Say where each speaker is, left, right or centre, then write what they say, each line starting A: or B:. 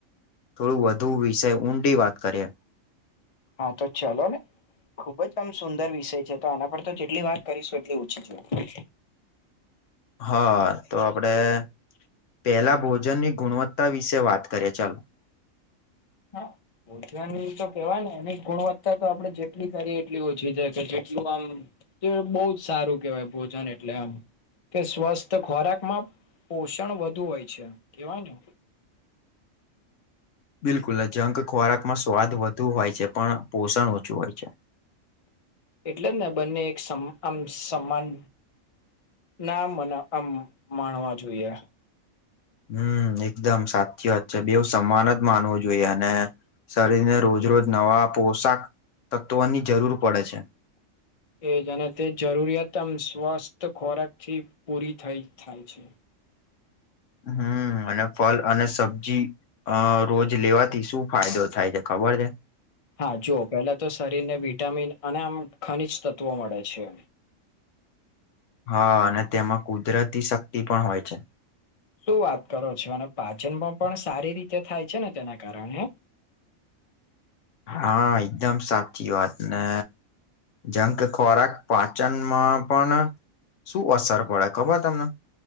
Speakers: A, on the left; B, on the left.
A: થોડું વધુ વિષય ઊંડી વાત કરીએ.
B: હા તો ચલો ને. ખુબ જ આમ સુંદર વિષય છે. તો આના પર તો જેટલી વાત કરીશું એટલી ઓછી છે
A: <unintelligible> હા, તો આપડે પેલા ભોજનની ગુણવત્તા વિશે વાત કરીએ ચાલો.
B: હા. ભોજન તો કેવાય ને એની ગુણવત્તા તો આપડે જેટલી કરીએ એટલી ઓછી છે કે જેટલું આમ તો બહુ જ સારું કેહેવાય ભોજન એટલે આમ કે સ્વસ્થ ખોરાકમાં પોષણ વધુ હોય છે, કેવાય ને?
A: બિલકુલ જંંગ ખોરાકમાં સ્વાદ વધુ હોય છે પણ પોષણ ઓછું હોય છે.
B: એટલે જ ને બંને એક આમ સમાન નામ મને આમ માણવા જોઈએ.
A: હમ, એકદમ સાચી વાત છે બેવ સમાન જ માનવું જોઈએ. અને શરીરને રોજ-રોજ નવા પોશાક તત્વોની જરૂર પડે છે.
B: એજ અને તે જરૂરિયાતમ સ્વસ્થ ખોરાક થી પૂરી થઈ થાય છે.
A: હમ અને ફલ અને સબ્જી અ રોજ લેવાથી શું ફાયદો થાય છે ખબર છે?
B: હા જુઓ પેલા તો શરીરને વિટામિન અને આમ ખનીજ તત્વો મળે છે.
A: હા, અને તેમાં કુદરતી શક્તિ પણ હોય છે.
B: શું વાત કરો છો! અને પાચનમાં પણ સારી રીતે થાય છે ને તેના કારણે હે
A: હા, એકદમ સાચી વાત ને‌ જંંગ ખોરાક પાચનમાં પણ શું અસર પડે ખબર તમને?